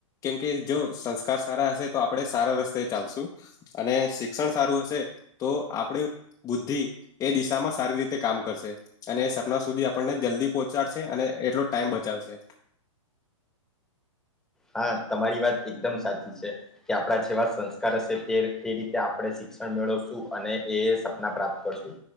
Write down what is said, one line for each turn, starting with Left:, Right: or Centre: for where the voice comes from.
Left: કેમકે જો સંસ્કાર સારા હશે તો આપણેે સારા રસ્તે ચાલશુ. અને શિક્ષણ સારું હશે તો આપણે બુદ્ધિ એ દિશામાં સારી રીતે કામ કરશે અને એ સપના સુધી આપણને જલ્દી પહોંચાડશે અને એટલો ટાઈમ બચાવશે
Centre: હા તમારી વાત એકદમ સાચી છે, કે આપડા જેવા સંસ કાર હશે તે રીતે આપણે શિક્ષણ મેળવશું અને એ સપના પ્રાપ્ત કરશું